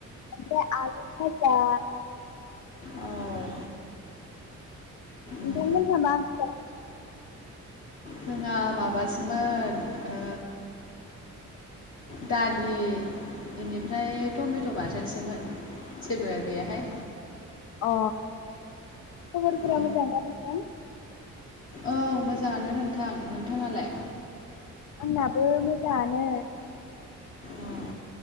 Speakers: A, on the left (about 80°); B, on the left (about 45°).
A: ओमफ्य आलु फाजा
B: औ उम
A: नोंथां मोनहा मा ओंखि्
B: जोंहा माबासोमोन ओ दालि बेनिफ्राय टमेट' बाथोनसोमोन जेबो गैयाहाय।
A: अ खबरफोरा
B: औ
A: मोजां दा नोंथां?
B: औ मोजाङानो नोंथां नोंथाङालाय?
A: आंनाबो मोजाङानो।
B: अ